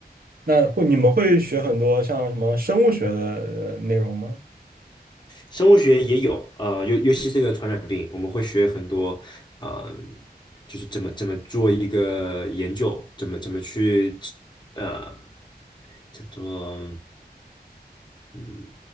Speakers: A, on the right; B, on the left.
A: 那会你们会学很多像什么生物学的呃内容吗？
B: 生物学也有，呃，尤尤其这个传染病，我们会学很多，呃，就是怎么怎么做一个研究，怎么怎么去，呃，叫做，嗯，